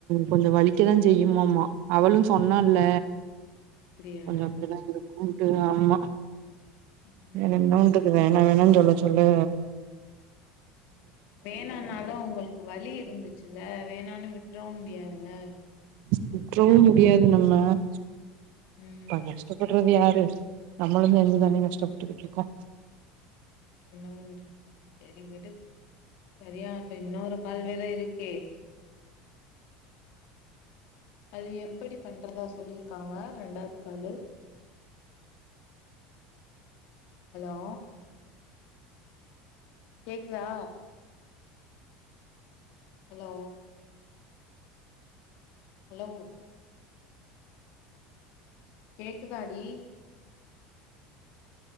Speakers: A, on the right (about 65°); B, on the left (about 65°).
A: கொஞ்சோ வலிக்க தா செய்யுமாமா அவளு சொன்னால்ல
B: அப்படியா
A: கொஞ்சோ அப்டி தா இருக்குன்டு ஆம்மா
B: ம்
A: வேறென்ன வன்றது வே என்ன வேணா சொல்லச் சொல்லு
B: வேணானாலு அவங்களுக்கு வலி இருந்துச்சுல்ல வேணான்னு விட்ரவு முடியாதுல்ல
A: விட்றவு முடியாது நம்ம <unintelligible>
B: ம்
A: கஷ்டப்படுறது யாரு கூப்புட்றது யாரு நம்மலு சேந்து தானே கஷ்டப்பட்டுகிட்டு இருக்கோ இருக்கோம்
B: அதுக்கென்ன பண்ற சரி விடு சரியாட்ட இன்னொரு கால் வேற இருக்கே அது எப்ப டி பண்றதா சொல்லிருக்காங்க ரெண்டாது காலு ஹலோ கேக்குதா ஹலோ ஹலோ கேக்குதாடி